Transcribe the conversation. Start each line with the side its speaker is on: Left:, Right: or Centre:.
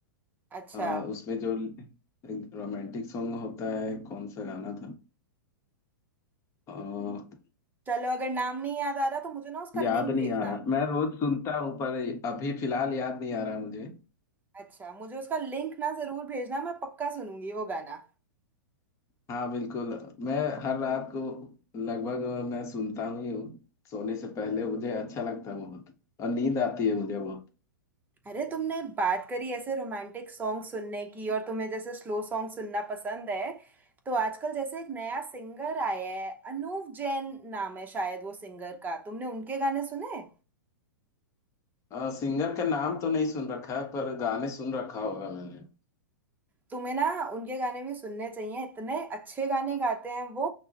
Right: अच्छा
Left: अ, उसमें जो रोमांटिक सॉन्ग होता है कौन सा गाना था
Right: चलो अगर नाम नहीं याद आ रहा तो मुझे ना उसका
Left: याद
Right: लिंक
Left: नहीं
Right: भेजना
Left: आ रहा मैं रोज सुनता हूँ पर अभी फिलहाल याद नहीं आ रहा मुझे
Right: अच्छा मुझे उसका लिंक ना जरूर भेजना मैं पक्का सुनूंगी वो गाना
Left: हाँ बिल्कुल मैं हर रात को लगभग मैं सुनता हूँ ही हूँ सोने से पहले मुझे अच्छा लगता है बहुत और नींद आती है मुझे बहुत
Right: अरे तुमने बात करी ऐसे रोमांटिक सॉन्ग सुनने की और तुम्हें जैसे स्लो सॉन्ग सुनना पसंद है तो आजकल जैसे एक नया सिंगर आया है अनूप जैन नाम है शायद वो सिंगर का तुमने उनके गाने सुने
Left: अ, सिंगर का नाम तो नहीं सुन रखा है पर गाने सुन रखा होगा मैंने
Right: तुम्हें ना उनके गाने भी सुनने चाहिए इतने अच्छे गाने गाते हैं वो